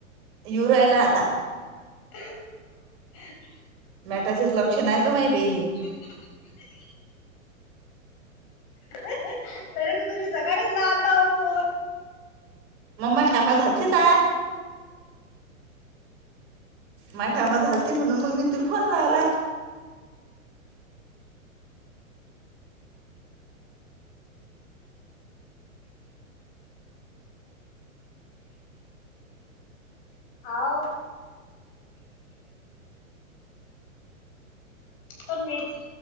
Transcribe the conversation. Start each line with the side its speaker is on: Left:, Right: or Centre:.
Right: यू राहिला आता.
Left: <inaudible>
Right: मॅटाचेच लक्षण आहेत हो माही बाई हे.
Left: <inaudible> तरी तू तुम्ही सकाळीच लावालता ओ फोन.
Right: मम्मा कामा झालती ता. माय काम झालती म्हणून मग मी तु फोन लावलाय.
Left: हाव. तो नेट,